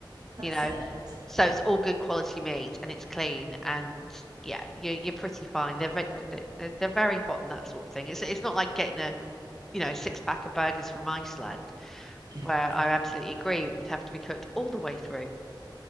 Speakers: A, on the right; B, in the centre.
A: That's
B: you know.
A: it.
B: So it's all good quality meat and it's clean and yeah, you're you're pretty fine. They're very, they're, they're very hot and that sort of thing. It's it's not like getting a
A: Yeah. <laughs>
B: you know six pack of burgers from Iceland.
A: Yeah.
B: Where I absolutely agree. It would have to be cooked all the way through.